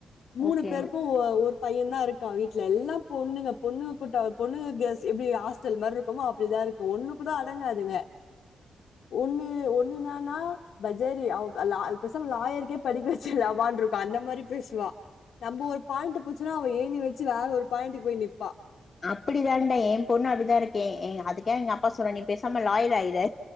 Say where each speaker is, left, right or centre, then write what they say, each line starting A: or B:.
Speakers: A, on the left; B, on the left.
A: மூணு
B: ஓகே
A: பேருக்கும் ஒரு பையன்தா இருக்கான் வீட்ல எல்லாம் பொண்ணுங்க பொண்ணுங்க கூட்டோ பொண்ணுங்க கேஸ் எப்டி ஆஸ்டல் மாரி இருக்கமோ அப்டிதா இரு ஒண்ணு கூட அடங்காதுங்க ஒண்ணு ஒண்ணுன்னனா பஜாரி அ பேசாம லாயருக்கே படிக்க வெச்சுல்லமான்ருக்கும் அந்த மாரி பேசுவா நம்ப ஒரு பாயிண்ட்டு புச்சுன்னா அவ ஏணி வெச்சி வேற ஒரு பாயிண்டுக்கு போய் நிப்பா
B: அப்டிதான்டா என் பொண்ணும் அப்டிதா இருக்கே ஏ அதுக்கே எங்க அப்பா சொன்னா நீ பேசாம லாயர் ஆயுறு